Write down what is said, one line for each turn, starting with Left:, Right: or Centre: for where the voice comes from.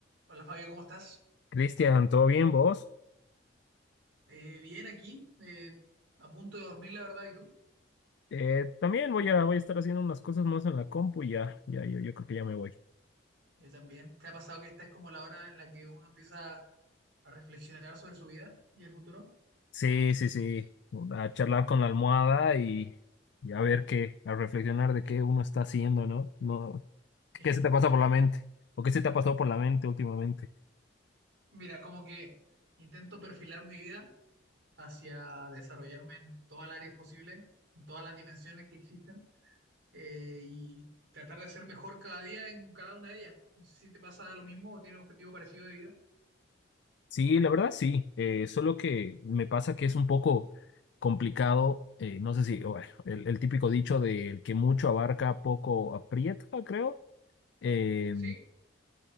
Right: Hola Fabio, ¿cómo estás?
Left: Cristian, ¿todo bien vos?
Right: Eh, bien aquí, eh, a punto de dormir, la verdad, ¿y tú?
Left: Eh, también voy a, voy a estar haciendo unas cosas más en la compu y ya, ya, yo, yo creo que ya me voy.
Right: Yo también. ¿Te ha pasado que esta es como la hora en la que uno empieza a reflexionar sobre su vida y el futuro?
Left: Sí, sí, sí, a charlar con la almohada y, y a ver qué, a reflexionar de qué uno está haciendo, ¿no? No,
Right: <laughs>
Left: ¿qué se te pasa por la mente? ¿O qué se te ha pasado por la mente últimamente?
Right: Mira, como que intento perfilar mi vida hacia desarrollarme en todas las áreas posibles, en todas las dimensiones que existen, eh, y tratar de ser mejor cada día en cada una de ellas. No sé si te pasa lo mismo o tienes un objetivo parecido de vida.
Left: Sí, la verdad sí, eh, solo que me pasa que es un poco complicado, eh, no sé si, bueno, el, el típico dicho del que mucho abarca, poco aprieta, creo. eh,
Right: Sí,